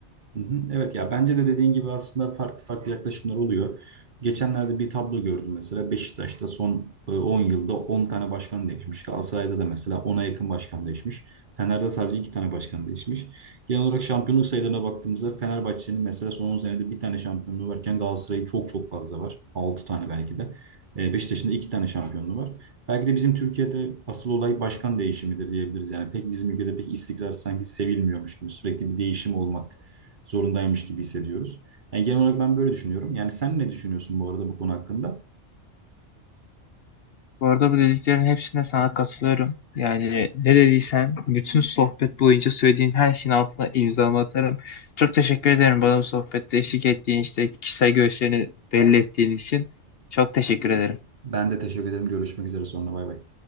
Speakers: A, on the right; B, on the left.
A: Hı hı, Evet ya bence de dediğin gibi aslında farklı farklı yaklaşımlar oluyor. Geçenlerde bir tablo gördüm mesela Beşiktaş'ta son e, 10 yılda 10 tane başkan değişmiş. Galatasaray'da da mesela ona yakın başkan değişmiş. Fener'de sadece 2 tane başkan değişmiş. Genel olarak şampiyonluk sayılarına baktığımızda Fenerbahçe'nin mesela son 10 senede bir tane şampiyonluğu varken Galatasaray'ın çok çok fazla var. 6 tane belki de. E, Beşiktaş'ın da 2 tane şampiyonluğu var. Belki de bizim Türkiye'de asıl olay başkan değişimidir diyebiliriz. Yani pek bizim ülkede pek istikrar sanki sevilmiyormuş gibi sürekli bir değişim olmak zorundaymış gibi hissediyoruz. Yani genel olarak ben böyle düşünüyorum. Yani sen ne düşünüyorsun bu arada bu konu hakkında?
B: Bu arada bu dediklerin hepsine sana katılıyorum. Yani ne dediysen bütün sohbet boyunca söylediğin her şeyin altına imzamı atarım. Çok teşekkür ederim bana bu sohbette eşlik ettiğin işte kişisel görüşlerini belli ettiğin için. Çok teşekkür ederim.
A: Ben de teşekkür ederim. Görüşmek üzere sonra. Bay bay.